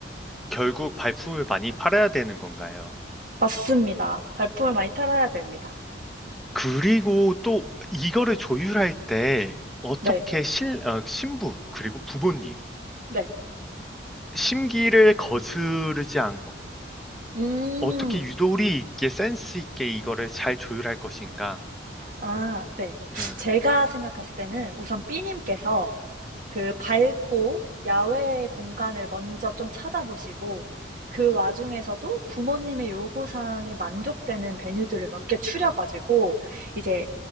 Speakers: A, in the centre; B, on the right.
A: 결국 발품을 많이 팔아야 되는 건가요?
B: 맞습니다. 발품을 많이 팔아야 됩니다.
A: 그리고 또 이거를 조율할 때 어떻게
B: 네.
A: 실, 어, 신부, 그리고 부모님이
B: 네.
A: 심기를 거스르지 않고
B: 음.
A: 어떻게 유도리 있게 센스 있게 이거를 잘 조율할 것인가.
B: 아 네.
A: 응.
B: 제가 생각했을 때는 우선 B 님께서 그 밝고 야외 공간을 먼저 좀 찾아보시고 그 와중에서도 부모님의 요구 사항이 만족되는 베뉴들을 몇 개 추려 가지고 이제